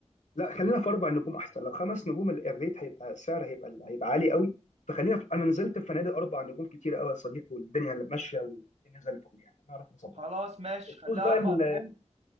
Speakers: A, on the left; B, on the right.
A: لا خلينا في اربع نجوم احسن لو خمس نجوم ال- الريت هيبقى السعر هيبقى هيبقى عالي قوي فخلينا في... انا نزلت في فنادق اربع نجوم كتير قوي يا صديقي والدنيا ماشيه والدنيا زي الفل يعني هنعرف نظبطها
B: خلاص ماشي
A: بخصوص
B: خليها
A: بقى
B: اربع
A: ال...
B: نجوم